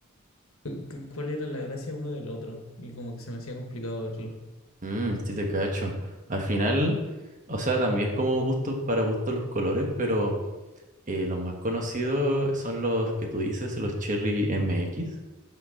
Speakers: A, on the left (about 70°); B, on the right (about 40°).
A: cu- cuál era la gracia uno del otro. Y como que se me hacía complicado verlo.
B: Mm, sí te cacho. Al final, o sea, también como gusto para gusto los colores, pero Eh, los más conocidos son los que tú dices, los Cherry MX,